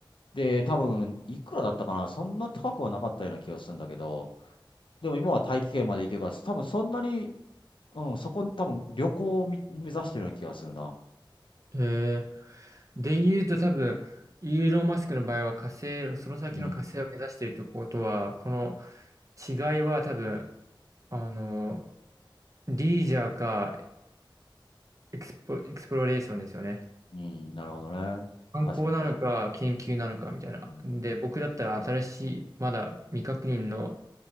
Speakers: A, on the left; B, on the right.
A: で、多分いくらだったかな、そんな高くはなかったような気がするんだけど、でも今は大気圏まで行けるから、多分そんなに、うん、そこに多分旅行をみ目指してるような気がするな。
B: えー、で言うと多分、イーロン・マスクの場合は火星、その先の火星を目指しているということは、
A: うん。
B: この違いは多分、あの、リージャーかエクスプロ、エクスプロレーションですよね。
A: うん、なるほどね。
B: 観光なのか、
A: 確かに確か
B: 研究なのかみたいな。
A: に。うん、
B: で、僕だったら新しい、まだ未確認の